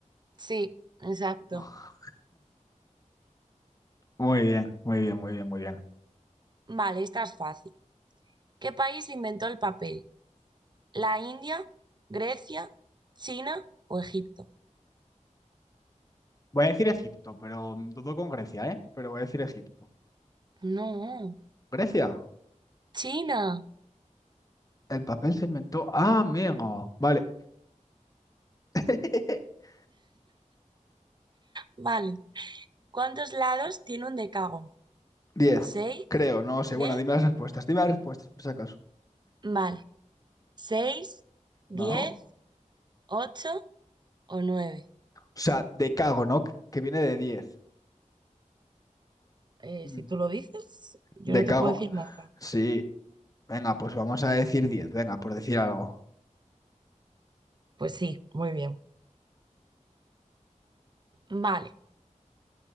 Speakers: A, on the right; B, on the left.
A: Sí, exacto.
B: <laughs> Muy bien, muy bien, muy bien, muy bien.
A: Vale, esta es fácil. ¿Qué país inventó el papel? ¿La India, Grecia, China o Egipto?
B: Voy a decir Egipto, pero mm, dudo con Grecia, ¿eh? Pero voy a decir Egipto.
A: No,
B: Grecia,
A: China.
B: el papel se inventó. Ah, amigo. Vale. <laughs>
A: Vale. ¿Cuántos lados tiene un decágono?
B: Diez,
A: ¿Seis?
B: creo, no
A: ¿Diez?
B: sé. Bueno, dime las respuestas, dime las respuestas por si acaso.
A: Vale. ¿Seis, diez,
B: No.
A: ocho o nueve?
B: O sea, de cago, ¿no? Que viene de 10.
A: Eh,
B: Mm.
A: si tú lo dices, yo
B: De
A: no
B: cago.
A: te puedo decir nada.
B: Sí. Venga, pues vamos a decir 10. Venga, por decir algo.
A: Pues sí, muy bien. Vale.